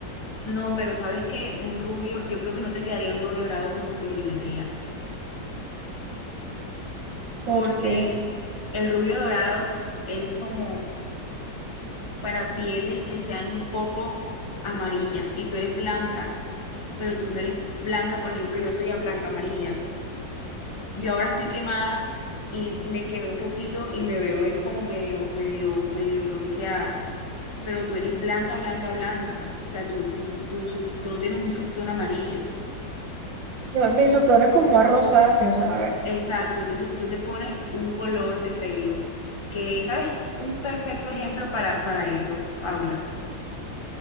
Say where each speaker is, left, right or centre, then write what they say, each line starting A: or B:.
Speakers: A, on the left (about 15°); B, on the right (about 80°).
A: no, pero sabes que un rubio, yo creo que no te quedaría un rubio dorado con tu colorimetría,
B: porque
A: porque el rubio dorado es como para pieles que sean un poco amarillas y tú eres blanca, pero tú no eres blanca, por ejemplo, yo soy a blanca amarilla. Yo ahora estoy quemada y me quemé un poquito y me veo es como medio, medio, medio bronceada. Pero tú eres blanca, blanca, blanca. O sea, tú, tú, tú, sub- tú no tienes un subtono amarillo.
B: no, mis subtonos como más rosáceos, ¿sabes?
A: Exacto. Entonces, si tú te pones un color de pelo que, ¿sabes? Un perfecto ejemplo para, para esto, Paula.